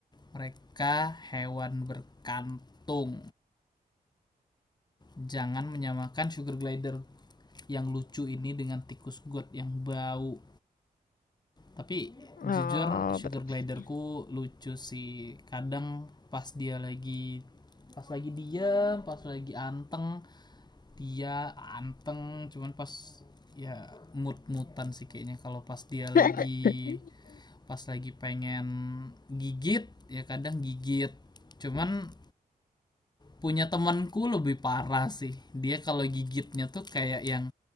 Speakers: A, on the left (about 25°); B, on the left (about 65°).
A: mereka hewan berkantung Jangan menyamakan sugar glider yang lucu ini dengan tikus god yang bau. Tapi
B: Oh,
A: jujur sugar
B: betul
A: gliderku
B: sih.
A: lucu sih. Kadang pas dia lagi pas lagi diam, pas lagi anteng, dia anteng cuman pas ya mut-mutan sih kayaknya kalau pas dia lagi
B: <laughs>
A: pas lagi pengen gigit ya kadang gigit cuman punya temanku lebih parah sih dia kalau gigitnya tuh kayak yang